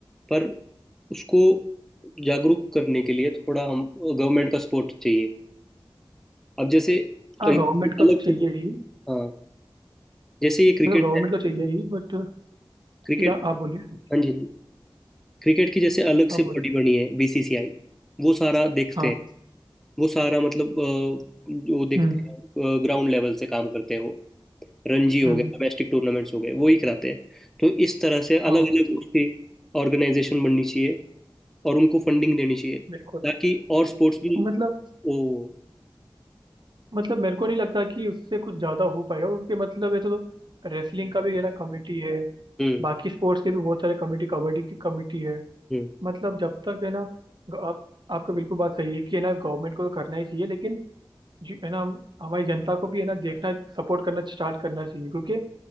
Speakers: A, in the centre; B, on the right.
A: पर उसको जागरूक करने के लिए थोड़ा हम गवर्नमेंट का सपोर्ट चाहिए अब जैसे
B: हाँ
A: एक
B: गवर्नमेंट को
A: अलग
B: तो चाहिए
A: से
B: ही
A: हाँ जैसे ये क्रिकेट
B: मतलब गवर्नमेंट को चाहिए ही बट
A: क्रिकेट
B: ठीक है आप बोलिए
A: हाँ जी क्रिकेट की जैसे अलग से
B: आप
A: बॉडी
B: बोलिए
A: बनी है बीसीसीआई वो सारा देखते
B: हाँ
A: हैं वो सारा मतलब अ, वो देखते
B: हम्म
A: हैं ग्राउंड लेवल से काम करते हैं वो रणजी हो
B: हम्म,
A: गए डोमेस्टिक टूर्नामेंट्स हो गए वो ही कराते हैं तो इस तरह से अलग
B: हाँ
A: अलग उसकी ऑर्गेनाइजेशन बननी चाहिए और उनको फंडिंग देनी चाहिए
B: बिल्कुल
A: ताकि और स्पोर्ट्स भी
B: मतलब
A: ओ
B: मतलब मेरे को नहीं लगता कि उससे कुछ ज्यादा हो पाएगा क्योंकि मतलब ये तो, तो रेसलिंग का भी है ना कमेटी है
A: हम्म
B: बाकी स्पोर्ट्स के भी बहुत सारे कमेटी कबड्डी की कमेटी है
A: हम्म
B: मतलब जब तक है ना ग- आप आपका बिल्कुल बात सही है कि है ना गवर्नमेंट को तो करना ही चाहिए लेकिन जो- है ना हमारी जनता को भी है ना देखना सपोर्ट करना स्टार्ट करना चाहिए क्योंकि